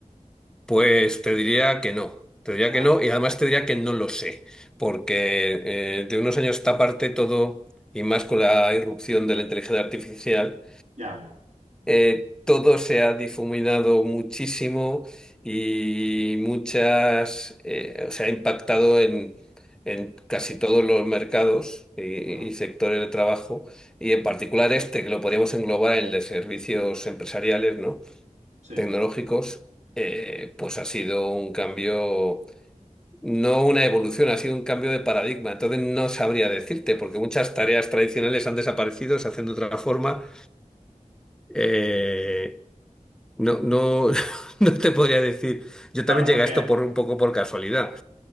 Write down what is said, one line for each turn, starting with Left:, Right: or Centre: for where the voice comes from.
Centre: Pues te diría que no, te diría
Right: Ah,
Centre: que no y además te diría que no lo sé, porque eh, de unos años a esta parte todo, y más con la irrupción de la inteligencia artificial,
Right: ya.
Centre: eh, todo se ha difuminado muchísimo y muchas, eh, o sea, ha impactado en, en casi todos los mercados y, y
Right: Ajá.
Centre: sectores de trabajo, y en particular este, que lo podríamos englobar en el de servicios empresariales, ¿no?
Right: Sí.
Centre: Tecnológicos, eh, pues ha sido un cambio. No una evolución, ha sido un cambio de paradigma. Entonces no sabría decirte, porque muchas tareas tradicionales han desaparecido, se hacen de otra forma. Eh, no, no, <laughs> no te podría decir. Yo
Right: Claro,
Centre: también llegué
Right: porque
Centre: a esto por un poco por casualidad.